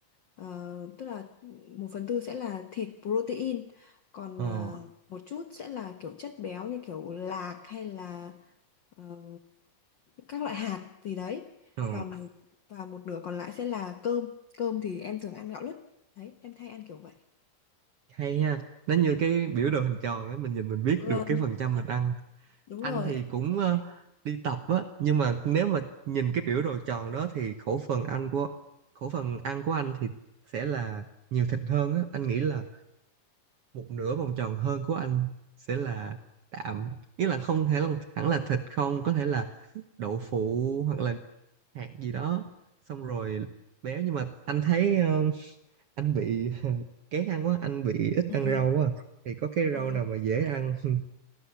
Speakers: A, on the left; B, on the right.
A: ờ, tức là một phần tư sẽ là thịt protein còn
B: Ờ.
A: ờ, một chút sẽ là kiểu chất béo như kiểu lạc hay là ờ, các loại hạt gì đấy
B: Ờ.
A: và một- và một nửa còn lại sẽ là cơm cơm thì em thường ăn gạo lứt đấy em thay ăn kiểu vậy
B: hay nha nó như cái biểu đồ hình tròn ấy mình nhìn mình biết
A: Ừ,
B: được cái phần trăm mình ăn
A: đúng
B: anh
A: rồi.
B: thì cũng ờ, đi tập á nhưng mà nếu mà nhìn cái biểu đồ tròn đó thì khẩu phần ăn của khẩu phần ăn của anh thì sẽ là nhiều thịt hơn á anh nghĩ là một nửa vòng tròn hơn của anh sẽ là đạm nghĩa là không thể là, hẳn là thịt không có thể là đậu phụ hoặc là hạt gì đó xong rồi béo nhưng mà anh thấy anh bị <laughs> kén ăn quá anh bị ít
A: <laughs>
B: ăn rau quá à. thì có cái
A: À,
B: rau nào mà dễ ăn <laughs>